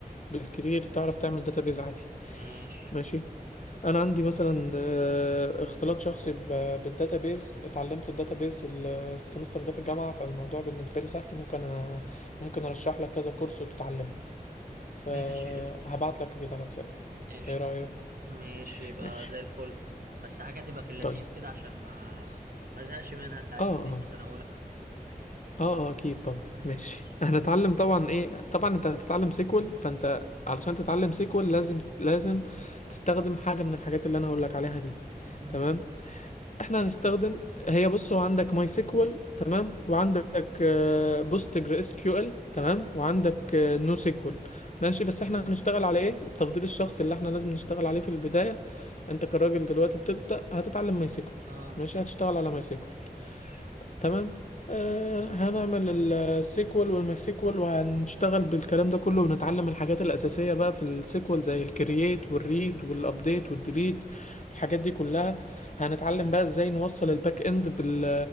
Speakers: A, on the left; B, on the right.
A: بالكتير تعرف تعمل داتابيس عادي
B: ماشي
A: ماشي انا عندي مثلا آه، اختلاط شخصي بالداتابيز اتعلمت الداتابيز ال- السمستر ده في الجامعه فالموضوع بالنسبه لي سهل ممكن أ... ممكن ارشح لك كذا كورس وتتعلمه فهبعت
B: ماشي قشطة
A: لك كده على الواتساب
B: قشطة
A: ايه رايك
B: ماشي يبقى
A: ماشي
B: زي الفل بس حاجة تبقى في اللذيذ
A: طيب
B: كده عشان ما ما ازهقش منها انت عارف
A: اه
B: إني
A: اه
B: لسه سنة أولى
A: اه اه اكيد طبعا
B: ماشي
A: ماشي <laughs> هنتعلم طبعا ايه طبعا انت هتتعلم سيكوال فانت علشان تتعلم سيكوال لازم لازم تستخدم حاجه من الحاجات اللي انا هقول لك عليها دي
B: مهم.
A: تمام احنا هنستخدم هي بص هو عندك ماي سيكوال تمام وعندك بوستجر اس كيو ال تمام وعندك نو سيكوال ماشي بس احنا هنشتغل على ايه تفضيل الشخص اللي احنا لازم نشتغل عليه في البداية انت كراجل دلوقتي بتبدأ هتتعلم ماي سيكوال
B: اه ماشي
A: ماشي هتشتغل على ماي سيكوال
B: ماشي
A: تمام آه هنعمل السيكوال والمايسيكوال وهنشتغل بالكلام ده كله ونتعلم الحاجات الأساسية بقى في السيكوال زي الكرييت والريد والابديت والديليت الحاجات دي كلها هنتعلم بقى ازاي نوصل الباك اند بال